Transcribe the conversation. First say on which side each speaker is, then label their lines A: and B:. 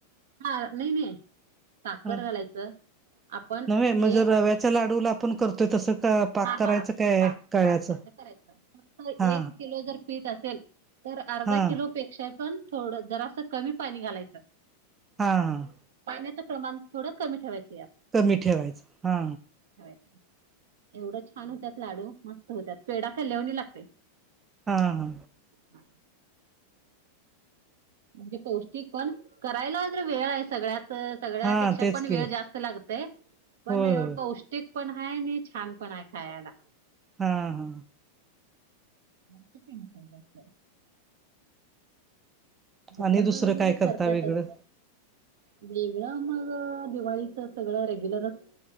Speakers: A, on the right; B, on the right.
A: हा नाही नाही. साखर
B: ह
A: घालायचं आपण
B: न् म्हणजे
A: एक
B: रव्याच्या लाडूला आपण करतोय तसं का? पाक
A: हा
B: करायचं
A: हा
B: काय
A: पाक
B: कळ्याचं.
A: पाक कसं करायचं फक्त
B: हा
A: एक किलो जर पीठ असेल तर अर्धा
B: हा हा
A: किलो. पेक्षा पण थोडं जरा असं कमी पाणी घालायचं.
B: हां.
A: पाण्याचं प्रमाण थोडं कमी ठेवायचं या
B: कमी ठेवायचं हा.
A: एवढं छान होत्यात लाडू मस्त होत्यात पेढा खालवणी लागते.
B: हा हा.
A: हा. म्हणजे पौष्टिक पण करायला. वेळ आहे सगळ्यात सगळ्यापेक्षा
B: हा तेच
A: पण
B: की
A: वेळ जास्त लागत पण
B: होय
A: एवढं
B: होय
A: प क पण आहे आणि छान पण आहे खायला.
B: हां हा.
A: खू फेमस आहे असत तर
B: आणि दुसरं
A: वगैरे
B: काय
A: कररतातच.
B: करता वेगळं
A: वेगळं मग दिवाळीच सगळं रेग्युलरच